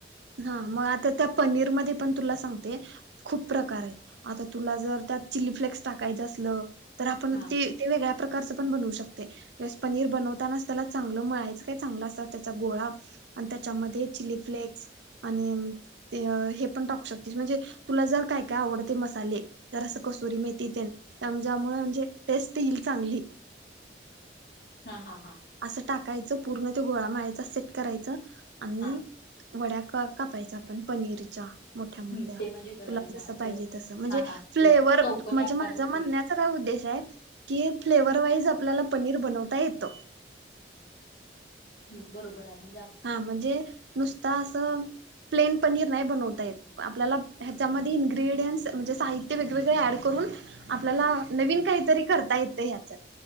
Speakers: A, on the right; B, on the left.
A: हा मग आता त्या पनीरमध्ये पण तुला सांगते खूप प्रकार आहेत आता तुला जर त्यात चिली फ्लेक्स टाकायचं असलं तर आपण
B: हा
A: ते ते वेगळ्या प्रकारचं पण बनवू शक ते, पनीर बनवतानाच त्याला चांगलं मळायचं काय चांगलं असतात त्याचा गोळा आणि त्याच्यामध्ये
B: हम्म.
A: चिली फ्लेक्स आणि ते हे पण टाकू शकतेस म्हणजे तुला जर काय काय आवडते मसाले जर असं कसुरी मेथी ते त्यामुळे म्हणजे टेस्ट येईल चांगली.
B: हा हा.
A: असं टाकायचं पूर्ण ते गोळा मळायचा सेट करायचं आणि
B: हा
A: वड्या कापायचा आपण पनीरचा. मोठ्या मोठ्या
B: हम्म ते म्हणजे गळाला
A: तुला जस
B: असं
A: पाहिजे तस म्हणजे
B: हा हा
A: फ्लेवर
B: ते चौकनी
A: म्हणजे
B: आकारमध्ये
A: माझ म्हणण्याचा काय उद्देश आहे कि फ्लेवर <unintelligible> वाईज आपल्याला पनीर बनवता येत.
B: हम्म, बरोबर आहे म
A: हा म्हणजे नुसता असं प्लेन पनीर नाही बनवता येत. आपल्याला ह्याच्यामध्ये इन्ग्रेडियंट्स म्हणजे, साहित्य वेगवेगळे ऍड करून आपल्याला नवीन काहीतरी करता येते ह्याच्यात.